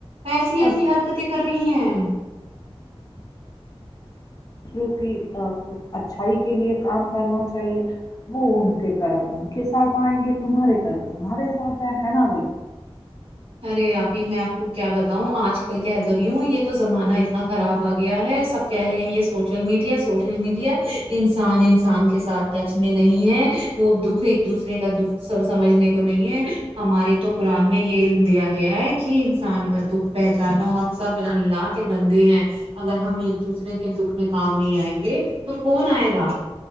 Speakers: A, on the right; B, on the left.
A: ایسی
B: پر
A: ایسی حرکتیں کر رہی ہیں
B: روں کی اچھائی کے لئے کام کرنا چاہیے وہ ان کے کرم ان کے ساتھ آئیں گے تمہارے کرم تمہارے ساتھ ہیں ہے نا بھائی
A: ارے آپ ہی میں آپ کو کیا بتاؤں آج کل کہ تو رہی ہوں یہ تو زمانہ اتنا خراب آ گیا ہے سب کہہ رہے ہیں یہ سوشل میڈیا سوشل میڈیا انسان انسان کے ساتھ ٹچ میں نہیں ہے وہ دکھ ایک دوسرے کا دکھ سمجھنے کو نہیں ہے ہمارے تو قرآن میں یہ علم دیا گیا ہے کہ انسان کا دکھ پہچانو ہم سب اللہ کے بندے ہیں اگر ہم ایک دوسرے کے دکھ میں کام نہیں آئیں گے تو کون آئے گا